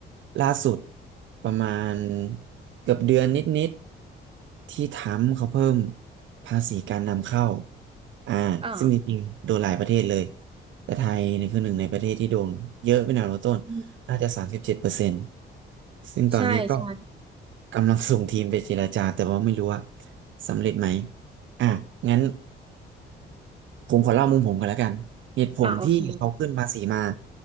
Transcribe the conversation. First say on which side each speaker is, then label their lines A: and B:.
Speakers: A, on the right (about 70°); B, on the right (about 25°).
A: ล่าสุดประมาณเกือบเดือนนิดๆที่ทรัมป์เขาเพิ่มภาษีการนำเข้าอ่าซึ่งจริงๆโดนหลายประเทศเลย
B: อ่า
A: แต่ไทยเนี่ยคือหนึ่งในประเทศที่โดนเยอะเป็นอันดับต้นน่าจะสามสิบเจ็ดเปอร์เซ็นต์
B: อืม
A: ซึ่งตอนเนี้ยก็
B: ใช่ใช่
A: กำลังส่งทีมไปเจรจาแต่ว่าไม่รู้ว่าสำเร็จไหมอ่ะงั้น ผมขอเล่ามุมผมกันแล้วกันเหตุผลที่เขาขึ้นภาษีมา
B: อ่าโอเค